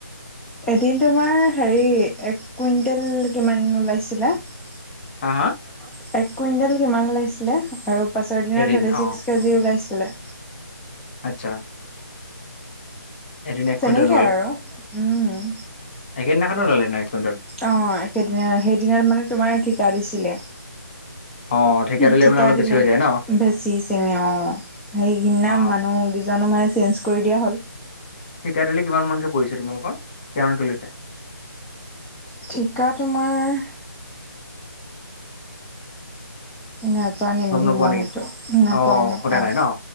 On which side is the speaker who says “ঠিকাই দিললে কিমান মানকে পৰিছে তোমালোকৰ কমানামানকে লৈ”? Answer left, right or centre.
Left